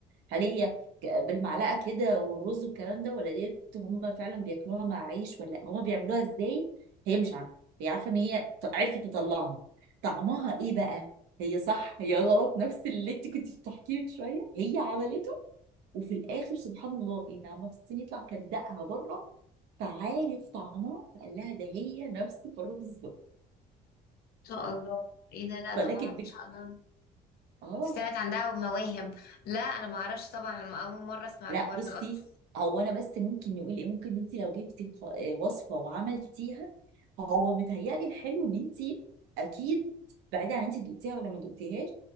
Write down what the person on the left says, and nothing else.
لا، ان
شاء الله ايه ده لا ده
ماما
ان شاء الله
طلعت عندها مواهب لا انا ما اعرفش طبعا اول مرة اسمع
الحوار
ده اصلا